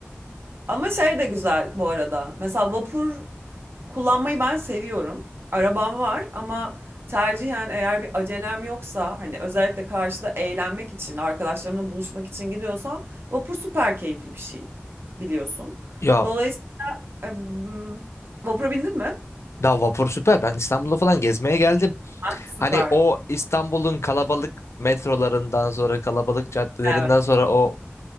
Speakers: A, on the right; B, on the left.
A: Ama şey de güzel bu arada. Mesela vapur kullanmayı ben seviyorum. Arabam var ama tercihen eğer bir acelem yoksa hani özellikle karşıda eğlenmek için, arkadaşlarımla buluşmak için gidiyorsam vapur süper keyifli bir şey biliyorsun.
B: Ya
A: Dolayısıyla em, vapura bindin mi?
B: daha vapur süper. Ben İstanbul'a falan gezmeye geldim.
A: Ha, süper.
B: Hani o İstanbul'un kalabalık metrolarından sonra kalabalık caddelerinden
A: Evet,
B: sonra o